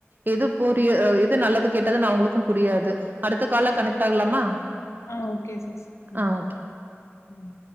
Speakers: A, on the right (about 45°); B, on the left (about 80°).
A: எது புரிய எது நல்லது கெட்டதுன்னு அவுங்களுக்கு புரியாது அடுத்த கால்ல கனெக்ட் ஆகலாமா
B: ஆ ஓகே சிஸ் ம்
A: ஆ ஓகே.
B: ம்